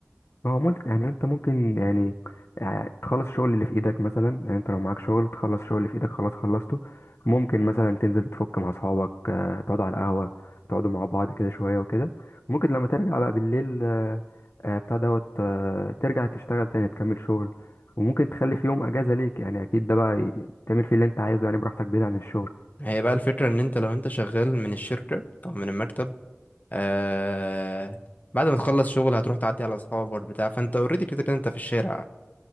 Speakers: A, on the left (about 60°); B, on the left (about 35°).
A: ما هو ممكن يعني انت ممكن يعني يعني تخلص الشغل اللي في ايدك مثلا يعني انت لو معاك شغل تخلص الشغل اللي في ايدك خلاص خلصته ممكن مثلا تنزل تفك مع اصحابك آه، تقعدوا على القهوة تقعدوا مع بعض كده شوية وكده وممكن لما ترجع بقى بالليل آه، آه، بتاع دوت آه، ترجع تشتغل تاني تكمل شغل وممكن تخلي في يوم اجازة ليك يعني اكيد ده بقى ي- تعمل فيه اللي انت عايزه يعني براحتك بعيد عن الشغل
B: هي بقى الفكرة ان انت لو انت شغال من الشركة او من المكتب آه بعد ما تخلص شغل هتروح تعدي على اصحابك بتاع فانت اوريدي كده كده انت في الشارع